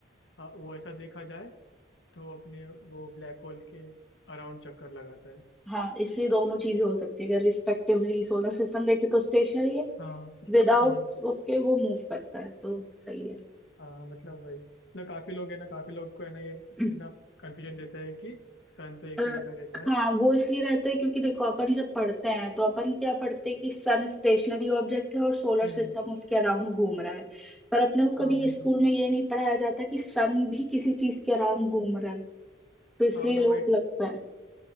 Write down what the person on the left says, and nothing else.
हाँ, वो ऐसा देखा जाए तो अपने वो ब्लैक होल के अराउंड चक्कर लगाता है
हाँ
हम्म,
हाँ मतलब वही मतलब काफी लोग है ना काफी लोग को है ना ये
ना कंफ्यूजन देता है कि सन तो एक
ही जगह रहता है
हम्म
हाँ
वही
तो
हाँ मतलब
हमारी